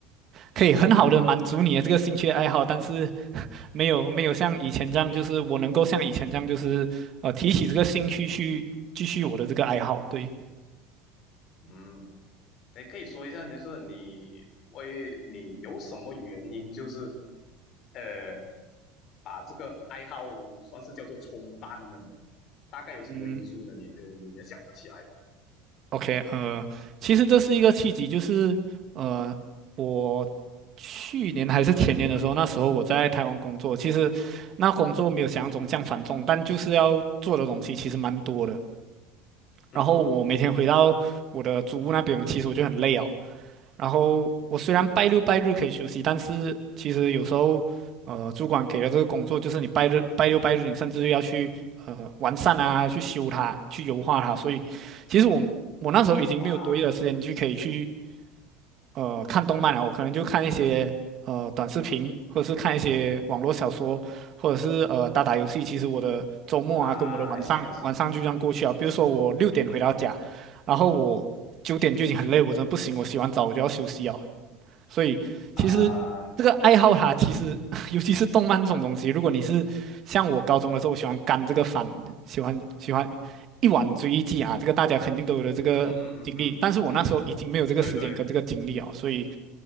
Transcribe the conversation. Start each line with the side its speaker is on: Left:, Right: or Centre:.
Right: 可以很好的满足你的这个兴趣爱好，但是 <laughs> 没有没有像以前这样，就是我能够像以前这样，就是呃提起这个兴趣去继续我的这个爱好。对，
Left: 嗯，你可以说一下，就是你为你有什么原因，就是呃，把这个爱好算是叫做冲淡了吗？大概有什么因素呢？
Right: 嗯
Left: 你就你也想不起来了。
Right: ，OK，呃，其实这是一个契机，就是呃我去年还是前年的时候，那时候我在台湾工作，其实那工作没有想象中这样繁重，但就是要做的东西其实蛮多的。
Left: 嗯嗯嗯，
Right: 然后我每天回到我的祖屋那边，其实我就很累哦。然后我虽然拜六拜日可以休息，但是其实有时候，呃，主管给了这个工作，就是你拜日、拜六拜日，你甚至要去呃完善啊，去修它，去优化它。所以，其实我我那时候已经没有多余的时间去可以去
Left: 哇
Right: 呃看动漫了，我可能就看一些呃短视频，或者是看一些网络小说，或者是呃打打游戏。其实我的周末啊，
Left: 啊，I
Right: 跟我的晚上晚上就这样过去啊。
Left: see I see
Right: 比如说我六点回到家，然后我九点就已经很累，我真的不行，我洗完澡我就要休息啊。所以其实这个爱好它其实
Left: 啊，
Right: <laughs> 尤其是动漫这种东西，如果你是像我高中的时候，我喜欢干这个番，喜欢喜欢一晚追一季啊，这个大家肯定都有的这个经历。
Left: 嗯嗯嗯嗯嗯嗯，
Right: 但是我那时候已经没有这个时间跟这个精力啊，
Left: 嗯对对，
Right: 所以